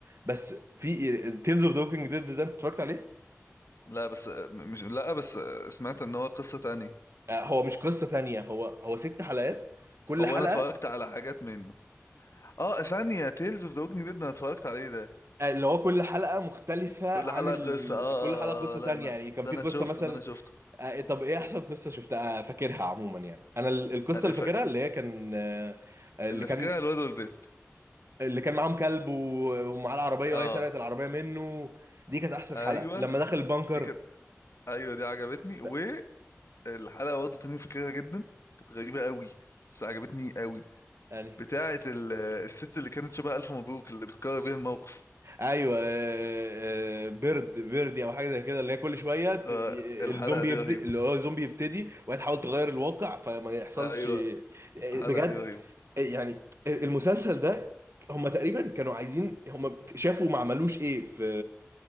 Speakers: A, on the right (about 60°); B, on the left (about 70°).
A: بس في تيلز اوف ذا ووكينج ديد ده انت اتفرجت عليه
B: لا بس آه، مش لا بس آه، سمعت ان هو قصة تانية
A: آه، هو مش قصة تانية هو هو ست حلقات كل
B: هو
A: حلقة
B: انا اتفرجت على حاجات منه اه ثانية تيلز اوف ذا ووكينج ديد انا اتفرجت عليه ده
A: آه، اللي هو كل حلقة مختلفة
B: كل
A: عن
B: حلقة
A: ال...
B: قصة اه اه,
A: كل حلقة قصة
B: آه آه، لا
A: تانية
B: انا
A: يعني كان
B: ده
A: في
B: انا
A: قصة
B: شفته
A: مثلا
B: ده انا شفته
A: آه، طب ايه احسن قصة شفتها آه، فاكرها عموما يعني انا ال- القصة
B: أنا
A: اللي
B: ف...
A: فاكرها اللي هي كان آه، آه، اللي
B: اللي
A: كان
B: فاكرها الواد والبيت
A: اللي كان معاهم كلب و- ومعاه العربيه
B: اه
A: وهي سرقت العربيه منه دي كانت احسن
B: ايوه
A: حلقه لما دخل البنكر
B: دي كانت ايوه دي عجبتني
A: بقى-
B: والحلقة برضه تانية فاكرها جدا كانت غريبة قوي بس عجبتني قوي
A: يعني
B: بتاعة ال... الست اللي كانت شبه ألف مبروك اللي بتكرر بيها الموقف
A: ايوه آه، آه، بيرد بيردي او حاجه زي كده اللي هي كل شويه ت-
B: آه
A: ي-
B: الحلقة
A: الزومبي
B: دي
A: يبدا
B: رهيبة
A: اللي هو الزومبي يبتدي وهي تحاول تغير الواقع فما يحصلش
B: ايوه
A: آه،
B: الحلقة
A: بجد
B: دي رهيبة
A: آه، يعني المسلسل ده هم تقريبا كانوا عايزين هم شافوا ما عملوش ايه في